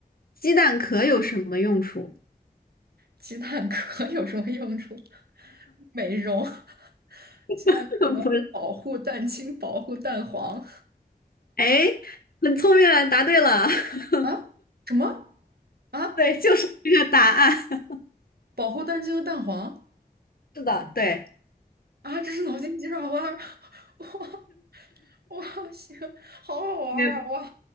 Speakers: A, on the left; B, on the right.
A: 鸡蛋壳有什么用处？
B: 鸡蛋壳 <laughs> 有什么用处？<laughs> 美容，<laughs> 鸡蛋壳保护蛋清，
A: <laughs> 不是，
B: 保护蛋黄
A: 哎，很聪明啊，答对了。<laughs>
B: 啊？什么啊？
A: 对，就是这个答案。<laughs>
B: 保护蛋清和蛋黄
A: 是的，对，
B: 啊？这是脑筋急转弯儿 <laughs> 哇哇，行，好好玩儿啊！
A: 没有
B: 哇，